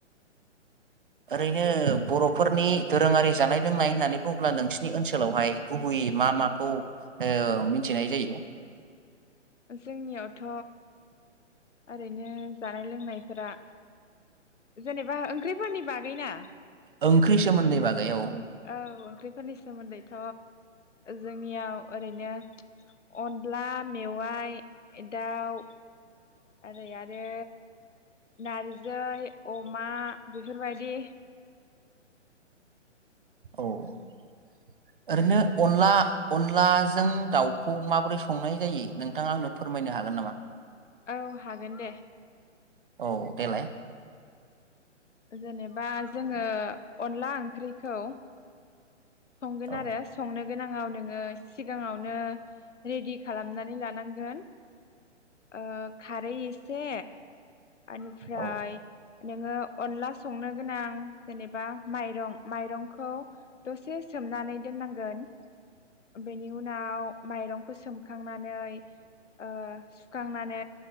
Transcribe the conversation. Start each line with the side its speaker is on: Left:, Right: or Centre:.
Right: ओरैनो बरफोरनि दोरोङारि जानाय लोंनाय होननानै बुङोब्ला नोंसिनि ओनसोलावहाय गुबैयै मा माखौ ओ मिथिनाय जायो?
Left: जोंनियावथ ओरैनो जानाय लोंनायफोरा जेनेबा ओंख्रिफोरनि बागै ना?
Right: ओंख्रि सोमोन्दै बागै औ।
Left: औ ओंख्रिफोरनि सोमोन्दैथ जोंनियाव ओरैनो अनदला मेवाय दाव ओरै आरो नारजै अमा बेफोरबायदि
Right: ओरैनो अनला अनलाजों दाउखौ माबोरै संनाय जायो नोंथाङा आंनो फोरमायनो हागोन नामा?
Left: औ हागोन दे।
Right: औ देलाय।
Left: जेनेबा जोङो अनला ओंख्रिखौ संगोन
Right: औ
Left: आरो संनो? गोनाङाव नोङो सिगाङावनो रेडि खालामनानै लानांगोन ओ खारै एसे ओनिफ्राय
Right: औ
Left: नोङो अनला संनो गोनां जेनेबा माइरं माइरंखौ दसे सोमनानै दोननांगोन बेनि उनाव माइरंखौ सोमखांनानै ओ सुखांनानै